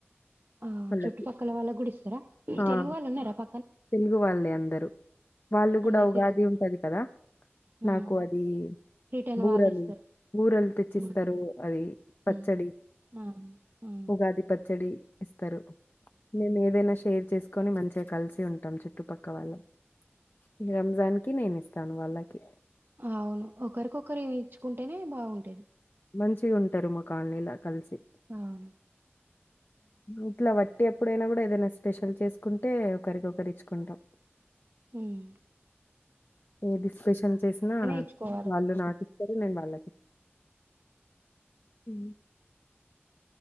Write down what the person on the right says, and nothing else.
ఆ
చుట్టుపక్కల వాల్ళ గుడిస్తారా
తెలుగు వాళ్ళు ఉన్నారా ప
అందరు
తెలుగు
ఉమ్.
రిటర్న్
వాళ్ళు ఇస్తారు
ఉమ్.
ఉమ్. ఆ ఆ
అవును ఒకరికొకరు ఏమి ఇచ్చుకుం అంటేనే బాగుంటేది
అవును
హ్మ్
ఇచ్చుకోవాలి